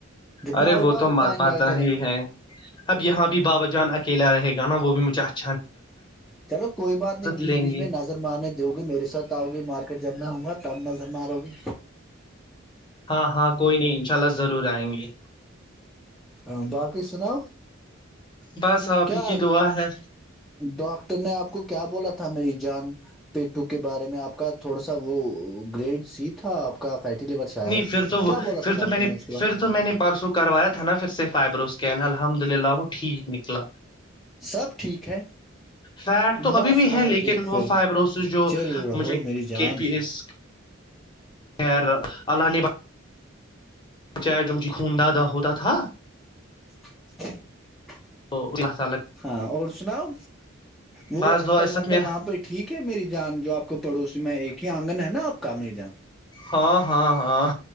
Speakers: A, in the centre; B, on the left.
A: جتنا
B: ارے
A: ہوگا
B: وہ تو
A: اتنا
B: مات
A: انجوائے کریں
B: ہی
A: گے
B: ہے اب یہاں بھی بابا جان اکیلا رہے گا نا وہ بھی مجھ جاچ
A: چلو کوئی بات نہیں بیچ
B: لیں
A: بیچ
B: گے
A: میں نظر مارنے جؤ گے میرے سات آؤ گے مارکیٹ جب میں ہوں گا ھر مارو گی
B: ہاں ہاں کوئی نہیں ان شاء اللہ ضرور آئیں گے
A: ہاں باقی سناؤ
B: بس آپ
A: کیا
B: ہی کی دعا ہے
A: ڈاکٹر نے آپ کو کیا بولا تھا تھا میری جان پیٹو کے بارے میں آپ کا تھوڑا سا وہ گریڈ سی تھا آپ کا فیٹی لیور شاید
B: نہیں پھر تو وہ
A: کیا بولا تھا
B: پھر
A: ڈاکٹر
B: تو میں نے
A: اس کے بعد
B: پھر تو میں نے پرسوں کروایا تھا نا پھر سے فائبرو اسکین الحمد للہ وہ ٹھیک نکلا
A: سب ٹھیک ہے
B: فیٹ تو ابھی
A: بس
B: بھی ہے
A: رہو
B: لیکن
A: ٹھیک
B: وہ
A: پھر
B: فائبروسس جو
A: چل رہو
B: مجھے
A: میری جان
B: کے پی ایس خیر اللہ نے ب چ جو مجھے خون داد ہوتا تھا
A: <inaudible>
B: ا <inaudible>
A: ہاں اور سناؤ وہ
B: بس
A: انکل
B: دو عزت
A: ونکل
B: میرا
A: وہاں پہ ٹھیک ہے میری جان جو آپ کو پڑوسی میں ایک ہی آنگن ہے نا آپ کا م جان
B: ہاں ہاں ہاں